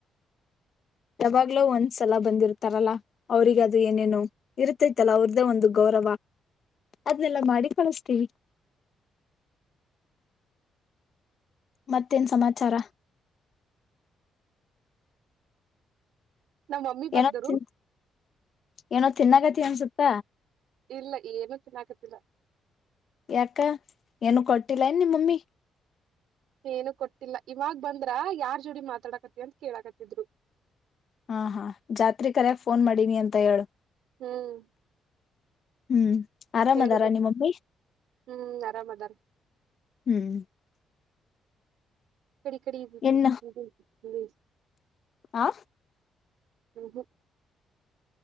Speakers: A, on the left; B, on the right.
A: ಯಾವಾಗ್ಲೋ ಒಂದ್ಸಲ ಬಂದಿರ್ತಾರಲ್ಲಾ ಅವ್ರಿಗ ಅದು ಏನೇನು ಇರ್ತೈತ್ತಲ್ಲ ಅವ್ರದ್ದೇ ಒಂದು ಗೌರ ಅದಲ್ಲ ಮಾಡಿ ಕಳಸ್ತೀವಿ ಮತ್ತೇನ್ ಸಮಾಚಾರ
B: ನಮ್ ಮಮ್ಮಿ ಬಂದರು
A: ಏನೋ ತಿನ್ ಏನೋ ತಿನ್ನಾಗತಿ ಅನ್ಸುತ್ತ
B: ಇಲ್ಲ ಏನು ತಿನ್ನಕತಿಲ್ಲ
A: ಯಾಕ ಏನು ಕೊಟ್ಟಿಲ್ಲ ನಿಮ್ಮಮ್ಮಿ
B: ಏನು ಕೊಟ್ಟಿಲ್ಲ ಇವಾಗ ಬಂದ್ರ ಯಾರ್ ಜೋಡಿ ಮಾತಾಡಕತಿ ಅಂತ ಕೇಳಕತ್ತಿದ್ರು
A: ಹಾ ಹಾ ಜಾತ್ರೆ ಕರ್ಯಾಗ ಫೋನ್ ಮಾಡೀನಿ ಅಂತ ಹೇಳು
B: ಹ್ಮ್
A: ಹ್ಮ್ ಆರಾಮ್
B: ಹೇಳಿದೆ
A: ಅದಾರ ನಿಮ್ ಮಮ್ಮಿ
B: ಹ್ಮ್ ಆರಾಮ್ ಅದಾರ
A: ಹ್ಮ್
B: ಕಡೆ ಕಡೆ ಇದ
A: ಏನ್
B: <unintelligible>
A: ಆ
B: ಹ್ಮ ಹ್ಮ